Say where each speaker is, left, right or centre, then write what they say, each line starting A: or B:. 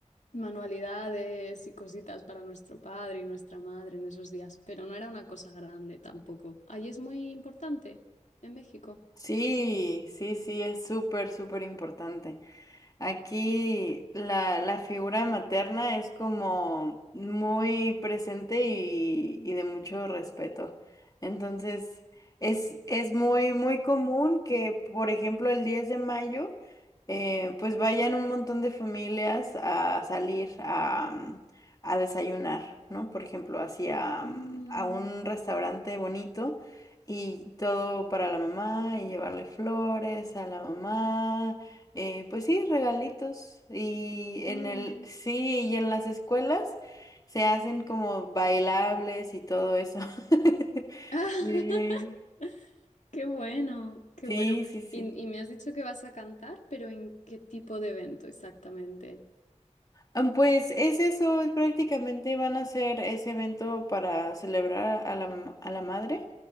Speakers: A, on the left; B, on the left.
A: manualidades y cositas para nuestro padre y nuestra madre en esos días, pero no era una cosa grande tampoco. Ahí es muy importante, en México.
B: Sí, sí, sí, es súper, súper importante. Aquí la, la figura materna es como muy presente y, y de mucho respeto. Entonces, es, es muy, muy común que, por ejemplo, el 10 de mayo, eh, pues vayan un montón de familias a salir a, mm, a desayunar, ¿no? Por ejemplo, hacia
A: Mm,
B: a un restaurante bonito y todo para la mamá y llevarle flores a la mamá eh, pues sí, regalitos. Y en
A: mm.
B: el, sí, y en las escuelas se hacen como bailables y todo eso. <laughs>
A: <laughs>
B: Sí,
A: Qué bueno, qué
B: sí,
A: bueno.
B: sí. sí.
A: Y, y me has dicho que vas a cantar, pero ¿en qué tipo de evento exactamente?
B: Ah, Pues es eso, es prácticamente van a hacer ese evento para celebrar a la, mam- a la madre.